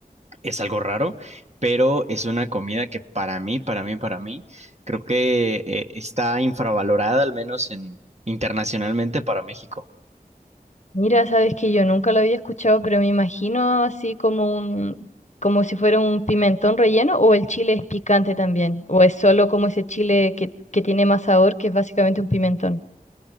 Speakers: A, on the right (about 45°); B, on the left (about 50°).
A: Es algo raro, pero es una comida que para mí, para mí, para mí, creo que eh, está infravalorada, al menos en, internacionalmente para México.
B: Mira, sabes que yo nunca lo había escuchado, pero me imagino así como un, como si fuera un pimentón relleno, o el chile es picante también, o es solo como ese chile que, que tiene más sabor, que es básicamente un pimentón.